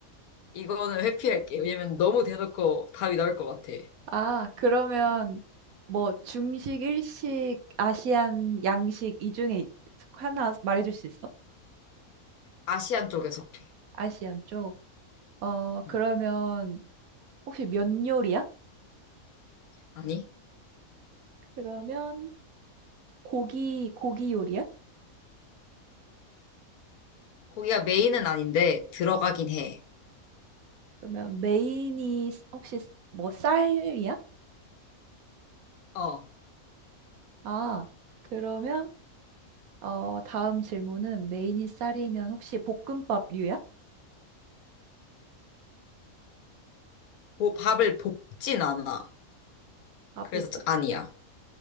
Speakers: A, on the left (about 85°); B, on the right (about 75°).
A: 이거는 회피할게. 왜냐면 너무 대놓고 답이 나올 것 같아.
B: 아, 그러면 뭐 중식, 일식, 아시안, 양식 이 중에 하나 말해줄 수 있어?
A: 아시안 쪽에 속해.
B: 아시안 쪽. 어,
A: 응.
B: 그러면 혹시 면 요리야?
A: 아니,
B: 그러면 고기 고기 요리야?
A: 거기가 메인은 아닌데 들어가긴 해.
B: 그러면 메인이 스- 혹시 스- 뭐 쌀이야?
A: 어,
B: 아, 그러면 어 다음 질문은 메인이 쌀이면 혹시 볶음밥류야?
A: 보- 밥을 볶진 않아.
B: 밥을
A: 그래서
B: 볶
A: 짜- 아니야.